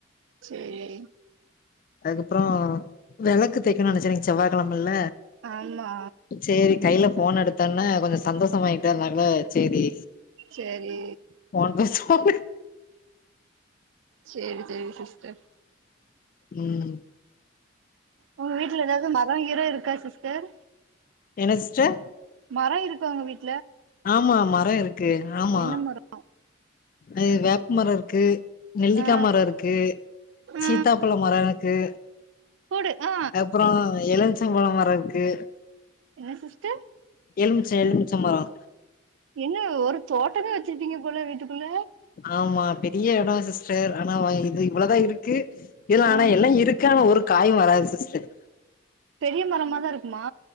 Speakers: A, on the right (about 80°); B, on the left (about 45°).
A: செரி
B: அதுக்கப்ரோ விளக்கு தேக்கணுனு நனச்ச இன்னகு செவ்வ கழமல்ல
A: ஆமா
B: செரி கையில போன் எடுத்தோன்னா கொஞ்சோ சந்தோஷ ஆய் ங்கனால செரி
A: சேரி
B: ஃபோன் பெசுவோ அப்டினு
A: செரி செரி சிஸ்டர்
B: உம்
A: உங்க வீட்டுல ஏதாவது மரோங்கீரோ இருக்கா சிஸ்டர்
B: என்ன சிஸ்டர்
A: மரம் இருக்காங்க வீட்
B: ஆமா மரோ இருக்கு ஆமா
A: என்ன மரோ
B: அ வேப்பு மரம் இருக்கு நெல்லிக்காமரம்
A: ஆ
B: இருக்கு
A: ஆ
B: சீத்தாப்பழ மரம் இரு க்கு
A: போடு ஆ
B: அப்ரோ இளஞச்சம்பழம் மரம் இருக்கு
A: என்ன சிஸ்டர்
B: எலுமிச்ச எலுமிச்சம்பழம்
A: என்ன ஒரு தோட்டமே வச்சிருப்பீங்க போல வீட்டுக்குள்ள
B: ஆமா பெரிய எடோ சிஸ்டர் ஆனா இது இவ்வளோதா இருக்கு இதுல்ல
A: ம்
B: ஆனா எல்லா இருக்கு ஆனா ஒரு காயு வராது சிஸ்டர்
A: பெரிய மரமாதா இருக்குமா